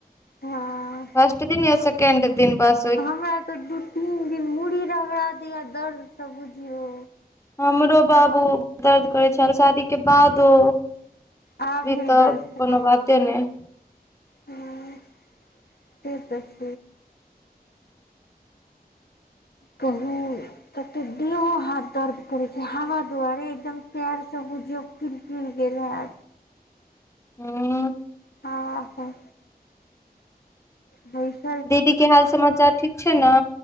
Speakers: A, on the left (about 80°); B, on the left (about 15°).
A: हँ।
B: फर्स्ट दिन यै सेकंड दिन पास
A: हमरा तऽ दू तीन दिन मूड़ी रगड़ा द दर्दसँ बुझियौ
B: हमरो बाबू दर्द करै छैल शादी के बादो। अभी
A: आब नहि
B: तऽ
A: दर्द
B: कोनो
A: करत
B: बाते नहि।
A: हँ से दस कहू। तब देहो हाथ दर्द करैत छै हवा दुआरे एकदम प्यारसँ बुझियौ फिर फिर गेलल आ
B: हूँ
A: हाँ तऽ बैस
B: दीदी के हाल समाचार ठीक छै ने।